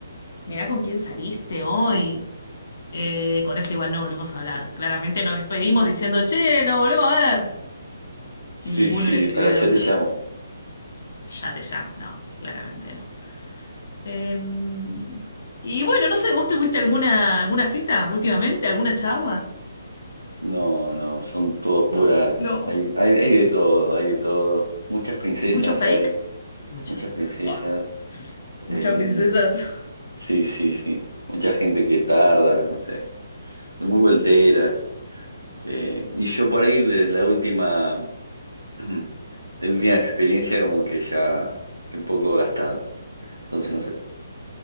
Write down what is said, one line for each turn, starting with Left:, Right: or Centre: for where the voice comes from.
Left: Mirá con quién saliste hoy. Eh, con ese igual no volvimos a hablar. Claramente nos despedimos diciendo, che, nos volvemos a ver.
Right: Sí,
Left: Ninguno
Right: sí,
Left: le escribió
Right: para allá
Left: al otro.
Right: te llamo.
Left: Ya te llamo. No, claramente no. Em, y bueno, no sé, ¿vos te fuiste a alguna, alguna cita últimamente? ¿Alguna charla?
Right: No, no, son todos
Left: No,
Right: puras.
Left: no.
Right: Hay, hay, hay de todo, hay de todo. Muchas princesas
Left: ¿Mucho fake?
Right: hay.
Left: Mucho.
Right: Muchas princesas.
Left: Buah, muchas
Right: eh,
Left: princesas.
Right: sí, sí, sí. Mucha gente que tarda, no sé. Muy volteras. eh, y yo por ahí de la última, <clears throat> de la última experiencia como que ya estoy un poco gastado. Entonces no sé,